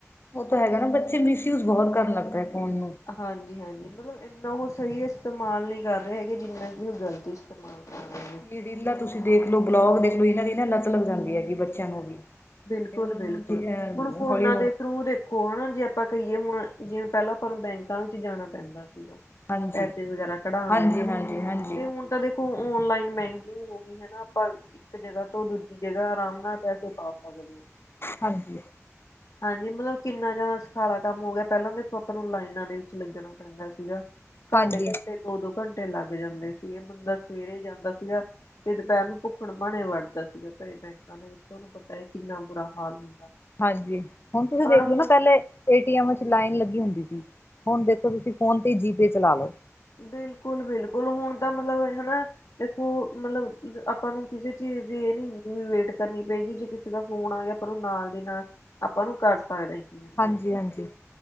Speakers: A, on the left; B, on the left.
A: ਓ ਤਾਂ ਹੈਗਾ ਨਾ ਬੱਚੇ ਮਿਸਯੂਜ ਬੋਹਤ ਕਰਨ ਲੱਗ ਪਏ ਫੋਨ ਨੂੰ।
B: ਹਾਂਜੀ- ਹਾਂਜੀ ਮਤਲਬ ਏਨਾ ਉਹਸਹੀ ਇਸਤੇਮਾਲ ਨਹੀਂ ਕਰ ਰਹੇ ਹੈਗੇ ਜਿੰਨਾ ਕਿ ਉਹ ਗ਼ਲਤ ਇਸਤੇਮਾਲ ਰਹੇ ਨੇ
A: ਵੀ ਰੀਲਾਂ ਤੁਸੀਂ ਦੇਖਲੋ, ਬਲੋਗ ਦੇਖਲੋ, ਏਹਨਾਂ ਦੀ ਨਾ ਲੱਤ ਲਗ ਜਾਂਦੀ ਹੈਗੀ ਬੱਚਿਆਂ ਨੂੰ ਵੀ।
B: ਬਿਲਕੁਲ
A: ਤੇ ਉਹਨਾਂ
B: -ਬਿਲਕੁਲ
A: ਨੂੰ ਅ
B: ਹੁਣ ਫੋਨਾਂ
A: ਹੌਲੀ ਹੌਲੀ
B: ਦੇ ਥਰੂ ਦੇ ਹਨਾ ਜੇ ਆਪਾਂ ਕਹੀਏ ਹੁਣ ਜਿਵੇਂ ਪਹਿਲਾਂ ਆਪਾਂ ਨੂੰ ਬੈਂਕਾਂ ਵਿੱਚ ਜਾਣਾ ਪੈਂਦਾ ਸੀਗਾ।
A: ਹਾਂਜੀ
B: ਪੈਸੇ ਵਗੈਰਾ ਕਢਾਣ
A: ਹਾਂਜੀ
B: ਲਈ ਹਨਾ,
A: ਹਾਂਜੀ ਹਾਂਜੀ
B: ਤੇ ਹੁਣ ਤਾਂ ਦੇਖੋ ਹੁਨ ਔਨਲਾਈਨ ਬੈਕਿੰਗ ਹੋ ਗਈ ਹਨਾ, ਆਪਾਂ ਇੱਕ ਜਗ੍ਹਾ ਤੋਂ ਦੂਜੀ ਜਗ੍ਹਾ ਆਰਾਮ ਨਾਲ ਪੈਸੇ ਪਾ ਸਕਦੇ।
A: ਹਾਂਜੀ।
B: ਹਾਂਜੀ ਮਤਲਬ ਕਿੰਨਾ ਜ਼ਿਆਦਾ ਸਖਾਲਾ ਕੰਮ ਹੋ ਗਿਆ, ਪਹਿਲਾਂ ਦੇਖੋ ਆਪਾਂ ਨੂੰ ਲਾਈਨਾਂ ਦੇ ਵਿੱਚ ਲੱਗਨਾ ਪੈਂਦਾ ਸੀਗਾ ਘੰਟੇ
A: ਹਾਂਜੀ
B: -ਘੰਟੇ ਦੋ- ਦੋ ਘੰਟੇ ਲੱਗ ਜਾਂਦੇ ਸੀਗੇ, ਬੰਦਾ ਸਵੇਰੇ ਜਾਂਦਾ ਸੀਗਾ ਤੇ ਦੁਪਹਿਰ ਨੂੰ ਭੁੱਖਣ -ਭਾਣੇ ਵੱੜਦਾ ਸੀਗਾ ਘਰੇ, ਬੈਂਕਾਂ ਦੇ ਵਿੱਚ ਤਾਨੂੰ ਪਤਾ ਹੈ ਕਿੰਨਾ ਬੁਰਾ ਹਾਲ ਹੁੰਦਾ
A: ਹਾਂਜੀ ਹੁਣ ਤੁਸੀਂ
B: ਪਰ
A: ਦੇਖ
B: ਹੁਣ
A: ਲਓ ਨਾ ਪੇਲੇ ਏ- ਟੀ-ਐਮ ਚ, ਲਾਈਨ ਲੱਗੀ ਹੁੰਦੀ ਸੀ, ਹੁਣ ਦੇਖੋ ਤੁਸੀਂ ਫੋਨ ਤੇ ਜੀਪੇ ਚਲਾ ਲੋ
B: ਬਿਲਕੁਲ- ਬਿਲਕੁਲ ਹੁਣ ਤਾਂ ਮਤਲਬ ਏ ਹਨਾ ਦੇਖੋ ਮਤਲਬ ਆਪਾਂ ਨੂੰ ਕਿਸੇ ਚੀਜ਼ ਦੀ ਇਹ ਨੀ ਵੀ ਵੇਟ ਕਰਨੀ ਪਏਗੀ, ਜੇ ਕਿਸੇ ਦਾ ਫੋਨ ਆ ਗਿਆ ਆਪਾਂ ਓਨੂੰ ਨਾਲ ਦੀ ਨਾਲ ਆਪਾਂ ਓਨੂੰ ਕਰ ਸਕਦੇ।
A: ਹਾਂਜੀ ਹਾਂਜੀ